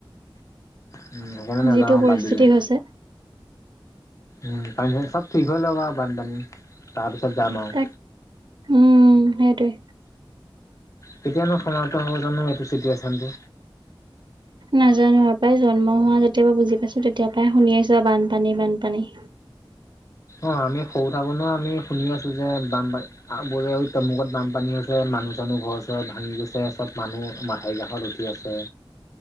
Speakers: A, on the left; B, on the right.
A: সেইকাৰণে নাযাওঁ
B: যিটো পৰিস্থিতি
A: বাদ দিলো।
B: হৈছে
A: উম পানী চব ঠিক হৈ লওক আৰু বানপানী তাৰপিছত যাম আৰু।
B: তাক উম সেইটোৱে
A: কেতিয়ানো সমাপ্ত হ'ব জানো এইটো চিটুৱেচনটো।
B: নাজানো আৰু পায় জন্ম হোৱা যেতিয়া পৰা বুজি পাইছো তেতিয়া পৰাই শুনি আছো আৰু বানপানী বানপানী।
A: অ' আমি সৰু থাকো নো আমি শুনি আছো যে বানপানী বোলে তমুকত বানপানী হৈছে। মানুহ চানুহ ঘৰ চৰ ভাঙি গৈছে চব মানুহ মথাউৰিৰ কাষত আছে